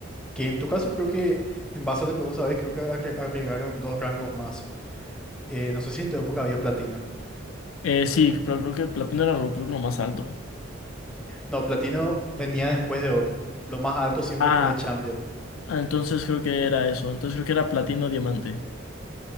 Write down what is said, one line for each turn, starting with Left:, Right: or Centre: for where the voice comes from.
Centre: que en tu caso creo que... En base a lo que vos sabés, creo que agre- agregaron dos rangos más. Eh, no sé si en tu época había platino.
Left: Eh, sí, pero creo que Platón era lo, creo que lo más alto.
Centre: No, platino venía después de oro. Lo más alto siempre
Left: Ah,
Centre: fue champion.
Left: Ah, Entonces creo que era eso. Entonces creo que era platino, diamante.